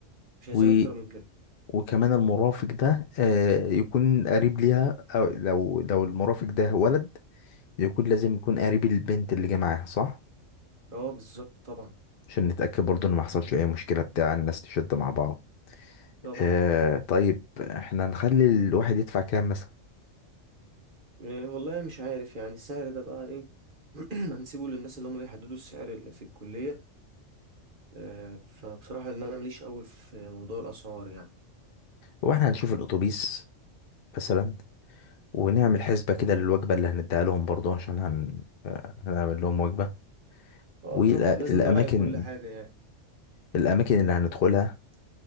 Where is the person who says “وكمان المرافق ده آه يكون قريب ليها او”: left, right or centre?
Left